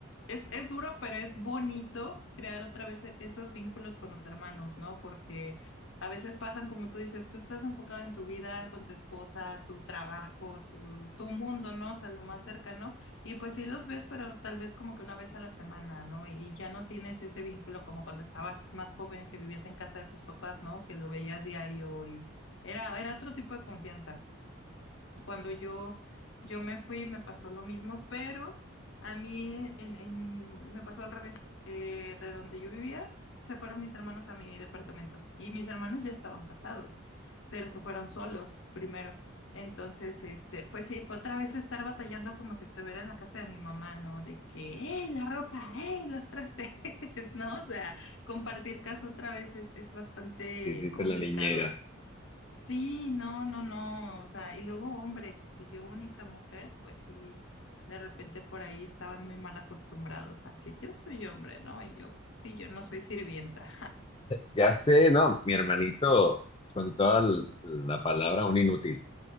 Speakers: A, on the left; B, on the left.
A: es, es duro, pero es bonito crear otra vez e- esos vínculos con los hermanos, ¿no? Porque a veces pasan, como tú dices, tú estás enfocado en tu vida, con tu esposa, tu trabajo, tu, tu mundo, ¿no? O sea, lo más cercano. Y pues sí los ves, pero tal vez como que una vez a la semana, ¿no? Y ya no tienes ese vínculo como cuando estabas más joven, que vivías en casa de tus papás, ¿no? Que lo veías diario y era, era otro tipo de confianza. Cuando yo, yo me fui, me pasó lo mismo, pero a mí en, en- me pasó al revés. Eh, de donde yo vivía, se fueron mis hermanos a mi departamento y mis hermanos ya estaban casados, pero se fueron solos primero. Entonces, este, pues sí, fue otra vez estar batallando como si estuviera en la casa de mi mamá, ¿no? De que, ¡hey, la ropa! ¡hey, los trastes! <laughs> ¿No? O sea, compartir casa otra vez es, es bastante
B: si hiciste
A: complicado.
B: la niñera.
A: Sí, no, no, no, o sea, y luego hombres, si yo única mujer, pues sí, de repente por ahí estaban muy mal acostumbrados a que yo soy hombre, ¿no? Y yo, pues sí, yo no soy sirvienta.
B: Ya sé, no, mi hermanito, con toda l- la palabra, un inútil,